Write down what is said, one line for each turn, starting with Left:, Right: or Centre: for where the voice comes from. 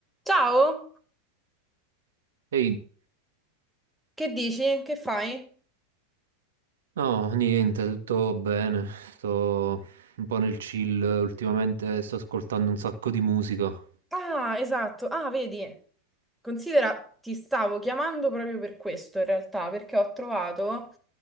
Centre: Ciao,
Right: Ehi,
Centre: che dici? Che fai?
Right: no, niente, tutto bene. Sto un po' nel chill ultimamente, sto ascoltando un sacco di musica.
Centre: Ah, esatto. Ah, vedi, considera, ti stavo chiamando proprio per questo in realtà, perché ho trovato